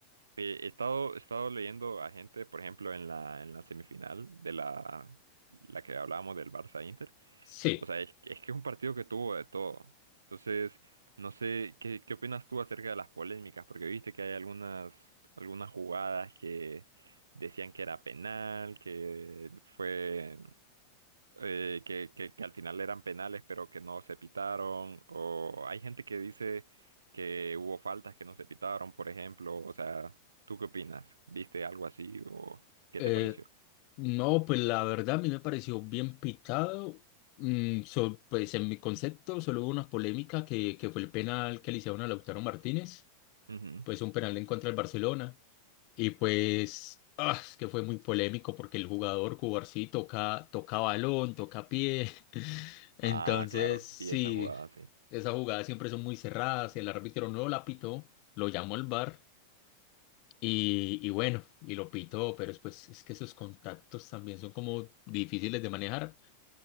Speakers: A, on the right (about 70°); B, on the left (about 45°).
A: eh, he estado, he estado leyendo a gente, por ejemplo, en la, en la semifinal de la, la que hablábamos del Barça-Inter.
B: Sí,
A: O sea, es, es que es un partido que tuvo de todo. Entonces, no sé, ¿qué, qué opinas tú acerca de las polémicas? Porque viste que hay algunas, algunas jugadas que decían que era penal, que fue, eh, que, que, que al final eran penales, pero que no se pitaron. O hay gente que dice que hubo faltas que no se pitaron, por ejemplo. O sea, ¿tú qué opinas? ¿Viste algo así o qué
B: eh,
A: te pareció?
B: No, pues la verdad a mí me pareció bien pitado. Mm, so- pues en mi concepto solo hubo una polémica que, que fue el penal que le hicieron a Lautaro Martínez,
A: Ujú.
B: pues un penal en contra del Barcelona. Y pues ah, es que fue muy polémico porque el jugador Cubarsí sí toca, toca balón, toca pie. <laughs> Entonces,
A: Ah, claro,
B: sí,
A: y esa jugada, sí.
B: esas jugadas siempre son muy cerradas. El árbitro no la pitó, lo llamó al VAR. Y, y bueno, y lo pitó, pero después es que esos contactos también son como difíciles de manejar.